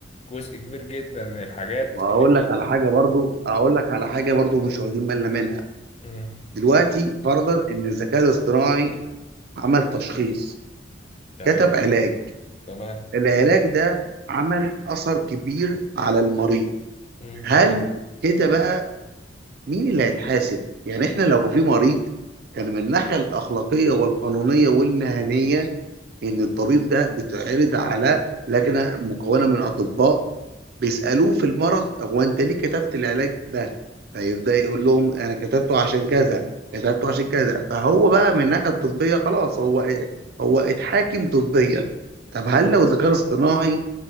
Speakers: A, on the left (about 35°); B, on the right (about 55°).
A: جزء كبير جدا من الحاجات
B: طب هقول
A: اللي بي...
B: لك على حاجة برضو اقول لك على حاجة برضو مش واخدين بالنا منها
A: مم.
B: دلوقتي فرضا ان الذكاء الاصطناعي عمل تشخيص
A: تمام
B: كتب علاج
A: تمام
B: العلاج ده عمل اثر كبير على المريض
A: مم.
B: هل
A: جميل
B: كده بقى مين اللي هيتحاسب يعني احنا لو في مريض كان من الناحية الأخلاقية والقانونية والمهنية ان الطبيب ده بيتعرض على لجنه مكونه من اطباء بيسالوه في المرض هو انت ليه كتبت العلاج ده فيبدا يقول لهم انا كتبته عشان كذا كتبته عشان كذا فهو بقى من الناحيه الطبيه خلاص هو إيه؟ هو اتحاكم طبيا طب هل لو ذكاء اصطناعي